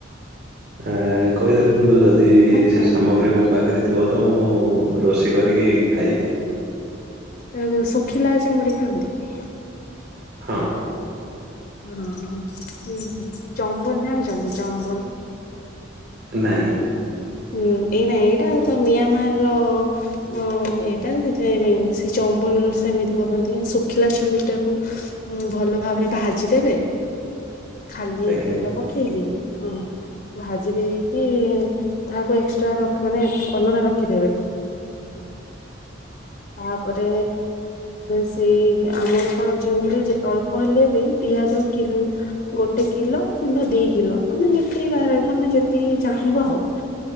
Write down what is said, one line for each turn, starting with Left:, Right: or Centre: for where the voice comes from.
Right: ଆ, କହି ଦେଖନ୍ତୁ ଯଦି
Left: ନା ଖାଇନି
Right: ସେ ସାମଗ୍ରୀ ମୋ ପାଖରେ ଥିବ ତ ମୁଁ ରୋଷେଇ କରିକି ଖାଇ
Left: ଏ, ଅ, ଶୁଖିଲା ଚିଙ୍ଗୁଡି ଖାଆନ୍ତି କି?
Right: ହଁ
Left: ହ ହ ଉ ଚମ୍ବଲ ଜାଣିଛନ୍ତି ଚମ୍ବଲ?
Right: ନାହିଁ।
Left: ହୁଁ ଏଇ ନାଇ ଏଇଟା ତ ମିଆଁମାର ର ଏଇଟା ସେ ଥିପାଇ ଚମ୍ବଲ୍, ସେମିତି କରନ୍ତି ଶୁଖିଲା ଚଙ୍ଗଟାକୁ ଭଲ ଭାବରେ ଭାଜିଦେବେ ଖାଲି
Right: ଆଜ୍ଞା
Left: ତେଲ ପକେଇକି ହଁ ଭାଜି ଦେଇକି ତାହାକୁ ଏକ୍ସଟ୍ରା ରକି ମାନେ ଅଲଗା ରଖିଦେବେନି।
Right: ହଁ।
Left: ତାପରେ ସେଇ ଆମର କଣ ଚିଙ୍ଗୁଡି ଯେ ଅଳ୍ପ ହେଲେ ପିଆଜ କିଲ ଗୋଟେ କିଲୋ କିମ୍ବା ଦି କିଲୋ ତମେ ଯେତିକି ମାନେ ଯେତିକି ଚାହିଁବ ଆଉ